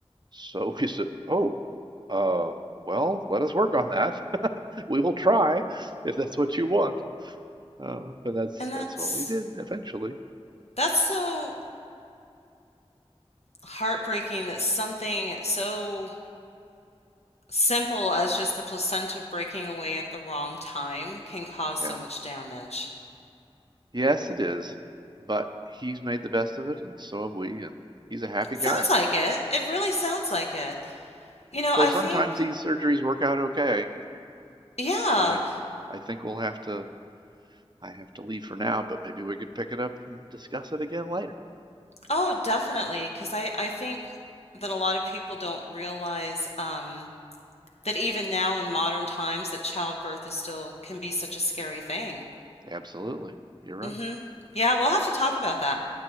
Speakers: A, on the right (about 45°); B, on the left (about 80°).
A: So <laughs> we said, "Oh, uh, well, let us work on that." we will try if that's what you want. Uh, but that's
B: And
A: that's
B: that's
A: what we did eventually.
B: that's so heartbreaking that something so simple as just the placenta breaking away at the wrong time can cause so
A: Yeah.
B: much damage.
A: Yes, it is. But he's made the best of it, and so have we, and he's a happy
B: Sounds
A: guy.
B: like it. It really sounds like it. You know,
A: So
B: I
A: sometimes
B: think
A: these surgeries work out okay,
B: Yeah.
A: but I, I think we'll have to. I have to leave for now, but maybe we could pick it up and discuss it again later.
B: Oh, definitely, because I, I think that a lot of people don't realize um, that even now in modern times that childbirth is still can be such a scary thing.
A: Absolutely. You're right.
B: hmm Yeah, we'll have to talk about that.